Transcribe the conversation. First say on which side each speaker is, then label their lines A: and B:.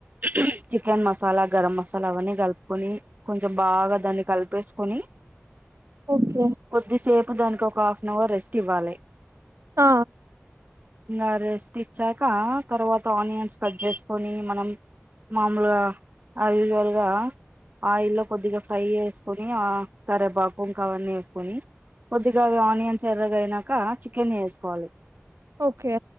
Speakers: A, on the right; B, on the right.
A: చి చికెన్ మసాలా గరం మసాలా అవన్నీ కలుపుకొని కొంచం బాగా దాన్ని కలిపేసుకొని
B: ఓకే
A: కొద్దిసేపు దానికి ఒక హాఫ్ అన్ అవర్ రెస్ట్ ఇవ్వాలి
B: ఆ
A: ఇంగ రెస్ట్ ఇచ్చాక తర్వాత ఆనియన్స్ కట్ చేసుకొని మనం మామూలుగా ఆసుజువల్గా ఇల్లో కొద్దిగా ఫ్రై చేసుకొని ఆ కరేపాకు ఇంకా అవన్నీ వేసుకొని కొద్దిగా అవి ఆనియన్స్ ఎర్రగా అయినాక చికెన్ ఎసుకోవాలి
B: ఓకే